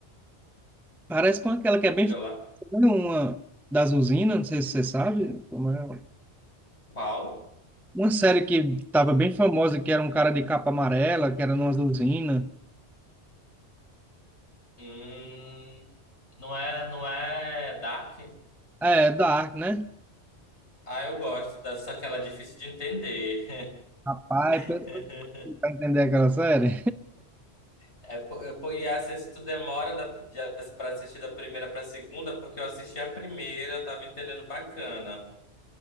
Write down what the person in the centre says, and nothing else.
parece com aquela que é bem
famosa,
né? uma das usinas, não sei se você sabe como é ela.
Uma série que estava bem famosa, que era um cara de capa amarela, que era numa usina.
É, Dark, né?
Rapaz,
pra tentar entender aquela série,